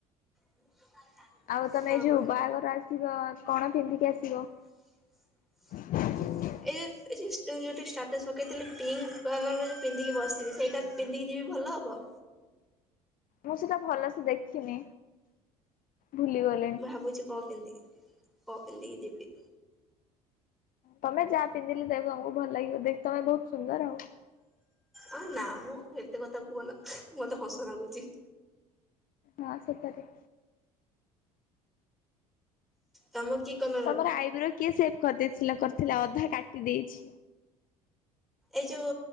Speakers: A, in the centre; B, on the left.
A: <unintelligible>
B: ଆଉ ତମେ
A: ହଁ
B: ଏ ଯୋଉ
A: ପା।
B: ବାହାଘର ଆସିବ କଣ ପିନ୍ଧିକି ଆସିବ?
A: <inaudible>
B: <inaudible>
A: ଏ ଯୋଉ ଷ୍ଟାଟସ୍ ପକେଇଥିଲି ପିଙ୍କ କଲର ଯୋଉ ପିନ୍ଧିକି ବସିଥିଲି ସେଇଟା ପିନ୍ଧିକି ଯିବି ଭଲ ହବ।
B: ମୁଁ ସେଟା ଭଲସେ ଦେଖିନି ଭୁଲିଗ
A: ଭାବୁଛି କଣ ପିନ୍ଧିବି କଣ ପିନ୍ଧିକି ଯିବି?
B: ତମେ ଯାହା ପିନ୍ଧିଲେ ସେଇଟା ତମକୁ ଭଲ ଲାଗିବ ଦେଖି ତମେ ବହୁତ ସୁନ୍ଦର ଆଉ।
A: ଆ ନା ମ ଏତେ କଥା କୁହ ନା ମୁଁ ମତେ ହସ ଲାଗୁଛି।
B: ହଁ, ସତରେ।
A: ତମ କି କଲ
B: ତମର ଆଇବ୍ରୋ କିଏ ସେଭ କରିଦେଇଥିଲା କରିଥିଲା ଅଧା କାଟି ଦେଇଛି?
A: ଏଇ ଯଉ